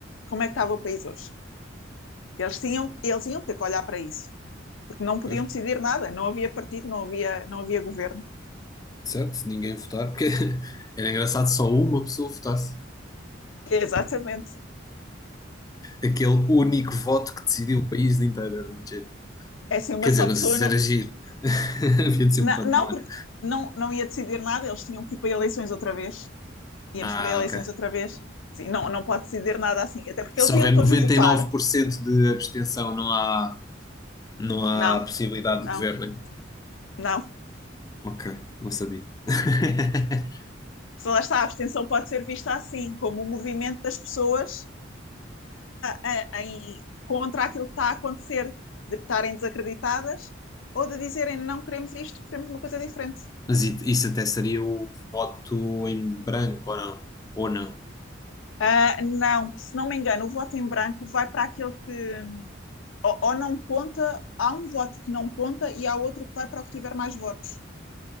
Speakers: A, on the left; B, on the left.
A: Como é que estava o país hoje? Eles tinham, eles iam ter que olhar para isso, porque não podiam
B: Pois.
A: decidir nada, não havia partido, não havia, não havia governo.
B: Certo? Se ninguém votar, porque <laughs> era engraçado se só uma pessoa votasse.
A: Exatamente.
B: Aquele único voto que decidiu o país inteiro, era muito giro.
A: É assim, uma
B: Quer
A: só
B: dizer, não
A: pessoa
B: sei se
A: não,
B: era giro. <laughs> Havia de ser
A: não,
B: um pandemónio.
A: não porque não, não ia decidir nada, eles tinham que ir para eleições outra vez. Íamos
B: Ah,
A: para eleições
B: ok.
A: outra vez. Sim, não, não pode decidir nada assim, até porque
B: Se
A: eles
B: houver
A: iam
B: 99%
A: todos votar.
B: de abstenção, não há, não há
A: Não,
B: possibilidade
A: não,
B: de governo. hein?
A: não.
B: Ok, não sabia. <laughs>
A: Se lá está, a abstenção pode ser vista assim, como um movimento das pessoas a- em- contra aquilo que está a acontecer, de estarem desacreditadas, ou de dizerem não queremos isto, queremos uma coisa diferente.
B: Mas i- isso até seria o voto em branco, ou não? Ou não?
A: Ah, não, se não me engano, o voto em branco vai para aquele que ou, ou não conta, há um voto que não conta e há outro que vai para o que tiver mais votos.